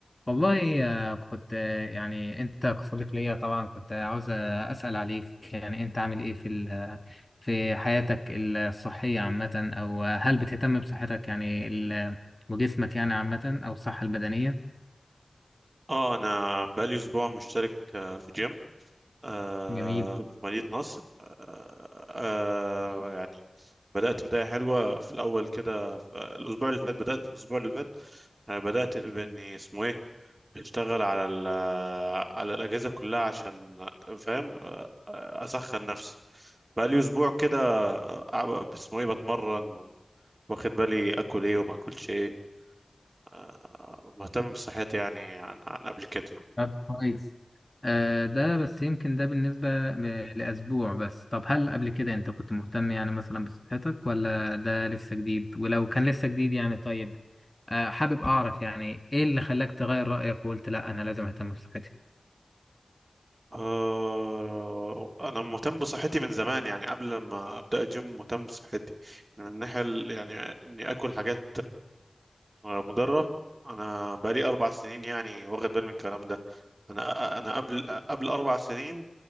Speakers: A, on the left; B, on the right.
A: والله آه، كنت آه، يعني انت كصديق ليا طبعا كنت عاوز آه، اسال عليك يعني انت عامل ايه في ال- آه، في حياتك الصحيه عامه او آه، هل بتهتم بصحتك يعني ال- آه، وجسمك يعني عامه او الصحه البدنيه
B: اه انا بقالي اسبوع مشترك آه، في جيم آه،
A: جميل
B: في مدينة نصر آه، آه، يعني بدأت بداية حلوة في الأول كده في- آه، الأسبوع اللي فات بدأت الأسبوع اللي فات آه، بدأت بإني اسمه إيه أشتغل على ال آه، على الأجهزة كلها عشان فاهم آه، آه، أسخن نفسي بقالي أسبوع كده آه، آه، اسمه إيه بتمرن و- واخد بالي آكل إيه وما آكلش إيه آه، مهتم بصحتي يعني عن عن قبل كده
A: طب كويس آه ده بس يمكن ده بالنسبة ب- لأسبوع بس طب هل قبل كده أنت كنت مهتم يعني مثلا بصحتك ولا ده لسه جديد ولو كان لسه جديد يعني طيب آه حابب أعرف يعني إيه اللي خلاك تغير رأيك وقلت لأ أنا لازم أهتم بصحتي
B: آه أنا مهتم بصحتي من زمان يعني قبل ما أبدأ الجيم مهتم بصحتي من الناحية ال- يعني إني آكل حاجات آه، مضرة أنا بقالي أربع سنين يعني واخد بالي من الكلام ده أنا أنا قبل قبل أربع سنين